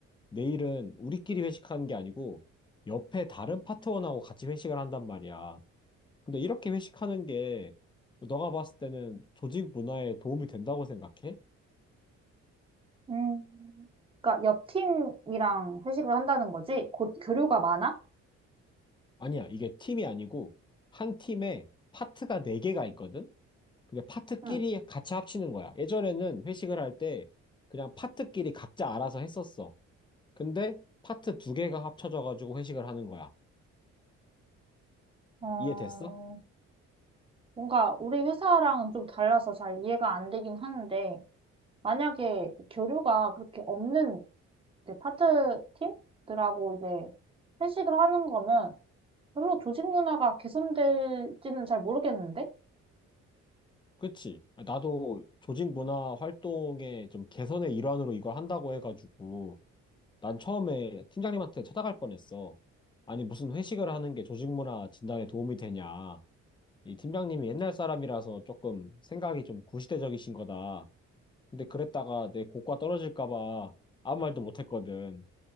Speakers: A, on the left; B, on the right.
A: 내일은 우리끼리 회식하는 게 아니고 옆에 다른 파트원하고 같이 회식을 한단 말이야. 근데 이렇게 회식하는 게 너가 봤을 때는 조직 문화에 도움이 된다고 생각해?
B: 음, 그러니까 옆 팀이랑 회식을 한다는 거지? 곧 교류가 많아?
A: 아니야. 이게 팀이 아니고 한 팀에 파트가 네개가 있거든? 그게 파트끼리
B: 응.
A: 같이 합치는 거야. 예전에는 회식을 할 때 그냥 파트끼리 각자 알아서 했었어. 근데 파트 두 개가 합쳐져가지고 회식을 하는 거야.
B: 어,
A: 이해됐어?
B: 뭔가 우리 회사랑은 좀 달라서 잘 이해가 안 되긴 하는데 만약에 교류가 그렇게 없는 이제 파트 팀들하고 이제 회식을 하는 거면 별로 조직 문화가 개선될지는 잘 모르겠는데?
A: 그치? 나도 조직 문화 활동의 좀 개선의 일환으로 이걸 한다고 해가지고 난 처음에 팀장님한테 찾아갈 뻔했어. 아니 무슨 회식을 하는 게 조직 문화 진단에 도움이 되냐. 이 팀장님이 옛날 사람이라서 조금 생각이 좀 구시대적이신 거다. 근데 그랬다가 내 고과 떨어질까봐 아무 말도 못했거든.